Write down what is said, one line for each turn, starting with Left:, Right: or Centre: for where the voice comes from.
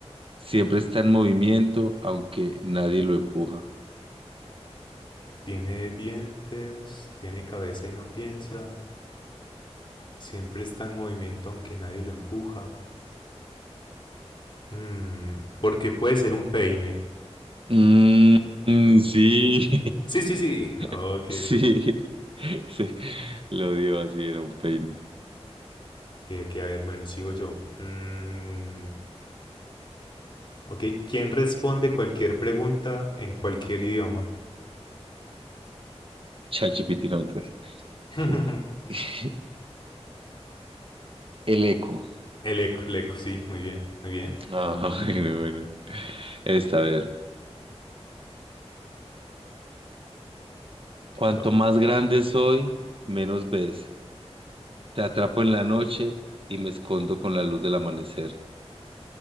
Right: Siempre está en movimiento, aunque nadie lo empuja.
Left: Tiene dientes, tiene cabeza y no piensa. Siempre está en movimiento aunque nadie lo empuja. Mm, porque puede ser un peine.
Right: Mm, sí,
Left: Sí, sí, sí. Ok,
Right: <laughs> sí,
Left: ok.
Right: sí. Lo dio así, era un peine.
Left: Ok, ok, a ver, bueno, sigo yo. Mm, ok, ¿quién responde cualquier pregunta en cualquier idioma?
Right: ChatGPT, no mentiras.
Left: <laughs>
Right: Espérate. <laughs> El eco.
Left: El eco, el eco, sí, muy bien, muy bien.
Right: Ah, <laughs> bueno, bueno. Esta, a ver. Cuanto
Left: Top.
Right: más grande soy, menos ves. Te atrapo en la noche y me escondo con la luz del amanecer.